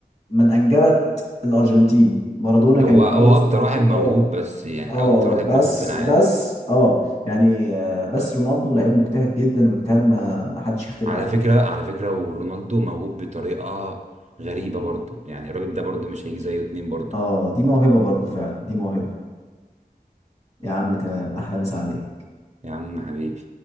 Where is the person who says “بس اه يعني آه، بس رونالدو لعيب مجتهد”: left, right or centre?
Left